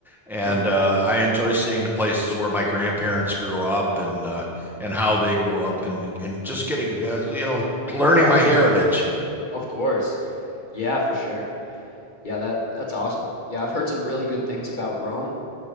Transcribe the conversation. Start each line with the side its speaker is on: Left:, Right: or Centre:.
Centre: and
Left: <laughs>
Centre: uh, I enjoy seeing the places where my grandparents grew up and uh, and how they grew up, and and just getting uh, you know learning
Left: Oh, definitely.
Centre: my heritage.
Left: Of course. Yeah, for sure. Yeah, that that's awesome. Yeah, I've heard some really good things about Rome.